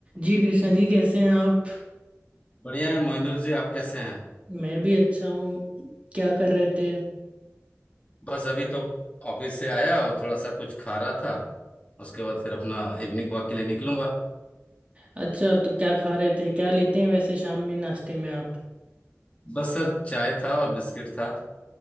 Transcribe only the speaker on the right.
जी कृष्णा जी कैसे हैं आप
मैं भी अच्छा हूँ क्या कर रहे थे
अच्छा तो क्या खा रहे थे क्या लेते हैं वैसे शाम में नाश्ते में आप